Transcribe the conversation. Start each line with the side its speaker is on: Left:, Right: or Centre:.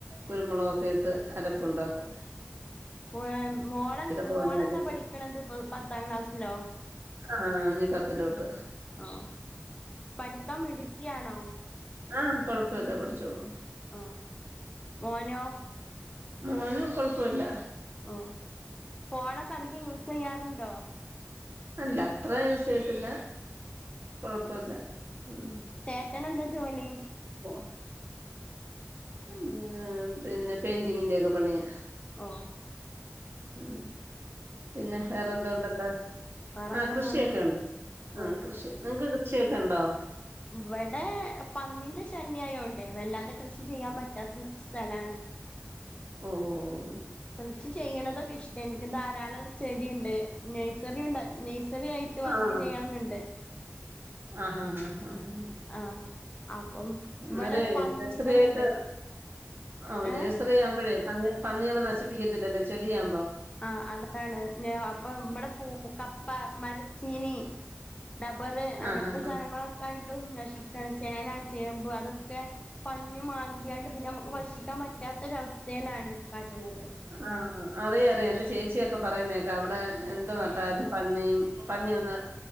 Right: കുരുമുളകൊക്കെട്ട് അരപ്പ് ഉണ്ടാക്കും
Left: മോള മോളെന്താ
Right: തോനെയായിട്ട്
Left: മോളെന്താ പഠിക്കണത് പത്താം ക്ലാസ്സിലോ
Right: ആഹ് ഇനി പത്തിലോട്ട്
Left: ആഹ് പഠിക്കാൻ മിടുക്കിയാണോ
Right: ആഹ് കൊഴപ്പില്ല പഠിച്ചോളും
Left: ആഹ് മോനോ
Right: മോനും കൊഴപ്പമില്ല
Left: ഉം ഫോണൊക്കെ അധികം യൂസ് ചെയ്യാറുണ്ടോ
Right: അല്ല അത്ര യൂസ് ചെയ്യത്തില്ല കൊഴപ്പില്ല ഉം
Left: ചേട്ടന് എന്താ ജോലി
Right: ഓ ഉം പിന്നെ പെയിന്റിങ്ങിന്റെ ഒക്കെ പണിയാ
Left: ഓഹ്
Right: ഉം പിന്നെ വേറെ എന്തോണ്ടണ്ട്
Left: വേറെങ്ങനെ
Right: ആഹ് കൃഷിയൊക്കെ
Left: പോണ്
Right: ഒണ്ട് ആഹ്
Left: ഓഹ്
Right: കൃഷി നിങ്ങൾക്ക് കൃഷിയൊക്കെണ്ടോ
Left: ഇവിടെ പന്നിന്റെ ശല്യായോണ്ടേ വല്ലാതെ കൃഷി ചെയ്യാൻ പറ്റാത്ത സ്ഥലാണ്
Right: ഓഹ് ഓഹ് ഓഹ്
Left: കൃഷി ചെയ്യണതൊക്കെ ഇഷ്ടേണ് എനിക്ക് ധാരാളം ചെടിയുണ്ട് നേഴ്സറിയുണ്ട് നേഴ്സറി ആയി റ്റ്‌ വർക്ക്
Right: ആണോ
Left: ചെയ്യണംന്ന്ണ്ട്
Right: ആഹ് ഹാ ഹാ ഹാ അഹ്
Left: ആഹ് അപ്പം
Right: അന്നരേ
Left: ഇവിടെ പന്നികളുണ്ട്
Right: നഴ്സറി ആയിട്ട് ആവു
Left: ഏഹ്
Right: നേഴ്സറി ആവുമ്പഴേ പന്നി പന്നികള് നശിപ്പിക്കത്തില്ലല്ലേ ചെടിയാവുമ്പം
Left: ആഹ് അതാണ് പിന്നെ അപ്പം ഇവിടെ പൂ കപ്പ മരച്ചീനി ഡബ്ബറ് അങ്ങൻത്തെ
Right: ആഹ് ആഹ്
Left: സാധനങ്ങളൊക്കെ ആയിട്ടും നശിക്കാൻ ചേന ചേമ്പ് അതൊക്കെ പന്നി മാന്തിയാണ്ട് പിന്നെ
Right: ആഹ്
Left: ഞമുക്ക് വക്ഷിക്കാൻ പറ്റാത്തൊരു അവസ്ഥേലാണ് കാട്ട്ണത്
Right: ആഹ് അറിയാ അറിയാം എന്റെ ചേച്ചിയൊക്കെ പറയുന്നേക്കാം അവിടെ എന്ത് നട്ടാലും പന്നീം പന്നി വന്ന്